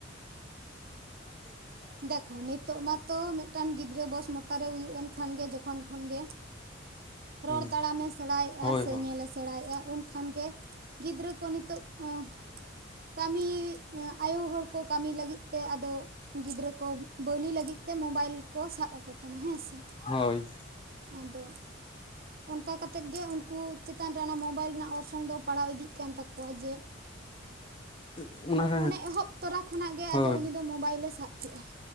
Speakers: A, on the left; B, on the right.
A: <unintelligible>
B: ᱫᱮᱠᱷᱚ ᱱᱤᱛᱳᱜ ᱢᱟᱛᱚ ᱢᱤᱫᱴᱟᱝ ᱜᱤᱫᱽᱨᱟᱹ ᱵᱚᱥᱢᱚᱛᱟ ᱨᱮ ᱦᱩᱭᱩᱜ ᱮᱱ ᱠᱷᱟᱱ ᱜᱮ ᱡᱚᱠᱷᱚᱱ ᱠᱷᱚᱱ ᱜᱮ᱾
A: ᱦᱩᱸ
B: ᱨᱚᱲ ᱛᱟᱲᱟᱢᱮ ᱥᱮᱬᱟᱭᱮᱫ-ᱟ
A: ᱦᱳᱭ
B: ᱥᱮ
A: ᱦᱳᱭ
B: ᱧᱮᱞᱮ ᱥᱮᱬᱟᱭᱮᱜ-ᱟ, ᱩᱱ ᱠᱷᱟᱱ ᱜᱮ ᱜᱤᱫᱽᱨᱟᱹ ᱠᱚ ᱱᱤᱛᱳᱜ ᱟᱸ ᱠᱟᱹᱢᱤ ᱮᱸ ᱟᱭᱳ ᱦᱚᱲ ᱠᱚ ᱠᱟᱹᱢᱤ ᱞᱟᱹᱜᱤᱫ ᱛᱮ ᱟᱫᱚ ᱜᱤᱫᱽᱨᱟᱹ ᱠᱚ ᱵᱟᱹᱣᱞᱤ ᱞᱟᱹᱜᱤᱫ ᱛᱮ ᱢᱳᱵᱟᱭᱤᱞ ᱠᱚ ᱥᱟᱵ ᱟᱠᱚ ᱠᱟᱱᱟ ᱦᱮᱸᱥᱮ?
A: ᱦᱳᱭ,
B: ᱟᱫᱚ, ᱚᱝᱠᱟ ᱠᱟᱛᱮᱫ ᱜᱮ ᱩᱱᱠᱩ ᱪᱮᱛᱟᱱ ᱨᱮ ᱚᱱᱟ ᱢᱳᱵᱟᱭᱤᱞ ᱨᱮᱱᱟᱜ ᱚᱨᱥᱚᱝ ᱫᱚ ᱯᱟᱲᱟᱣ ᱤᱫᱤᱜ ᱠᱟᱱ ᱛᱟᱠᱚᱣᱟ ᱡᱮ
A: <inaudible>
B: ᱚᱱᱮ ᱮᱦᱚᱵ ᱛᱚᱨᱟ ᱠᱷᱚᱱᱟᱜ ᱜᱮ
A: ᱦᱳᱭ
B: ᱟᱫᱚ ᱩᱱᱤ ᱫᱚ ᱢᱳᱵᱟᱭᱤᱞᱮ ᱥᱟᱵ ᱠᱮᱜ-ᱟ᱾